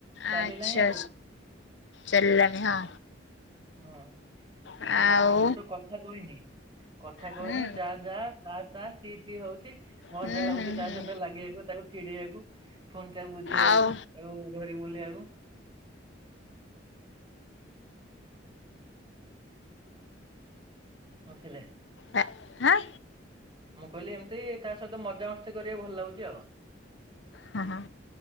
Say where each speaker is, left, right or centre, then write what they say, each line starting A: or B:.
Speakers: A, on the right (about 25°); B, on the left (about 70°).
A: ଚାଲିଲାଣି
B: ଆଛା
A: ଆଉ
B: ଆଛା। ଚାଲାଣି ହଁ।
A: ହଁ
B: ଆଉ
A: ଏ ଏବେ ତ କଥା କହିନି କଥା କହନି
B: ହୁଁ
A: ଯା ଯା। ତା ତା ତି ତୀ ହଉଛି। ମଜା
B: ହୁଁ
A: ଲାଗୁଛି
B: ହୁଁ
A: ତା
B: ହୁଁ
A: ସହିତ ଲାଗିବାକୁ ତାକୁ ଛିଡେଇବାକୁ ଫୁଣି ତାକୁ ବୁଝେଇବାକୁ।
B: ଆଉ
A: ଆଉ ଧରି ବୁଲ ଆକୁ। ପହଞ୍ଚିଲେ।
B: ନା ହଁ।
A: ମୁଁ କହିଲି ଏମିତି ତା ସହିତ ମଜାମସ୍ତି କରିବାକୁ ଭଲ ଲାଗୁଛି ଆଉ।
B: ହ ହଁ